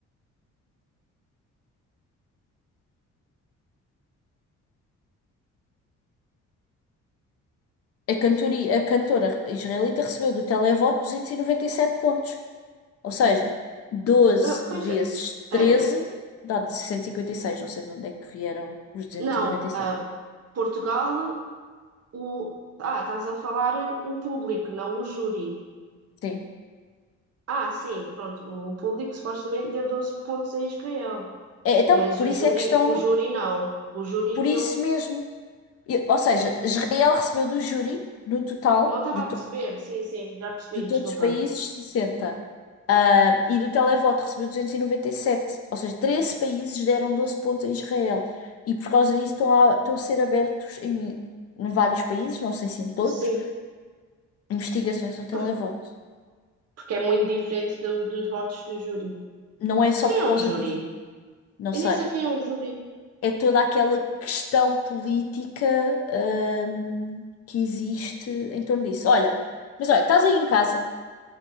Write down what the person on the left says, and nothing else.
A cantoria, a cantora israelita recebeu do televoto duzentos e e noventa e sete pontos. Ou seja, doze
vezes
13
dá duzentos e cinquenta e seis Não sei de onde é que vieram os duzentos
e e noventa e sete
Sim.
É, então,
por
isso
é que estão.
Por
isso mesmo. E- ou seja,
Israel recebeu do júri, no total,
de
de todos
os países, sessenta Ah, e do televoto recebeu duzentos e e noventa e sete Ou seja, 13 países deram 12 pontos a Israel. E por causa disso estão a, estão a ser abertos em, em vários países, não sei se em todos,
investigações ao
televoto.
Não é só
por
causa
disso, não
sei.
É toda aquela questão política, ahm, que existe em torno disso. Olha, mas olha, estás aí em casa.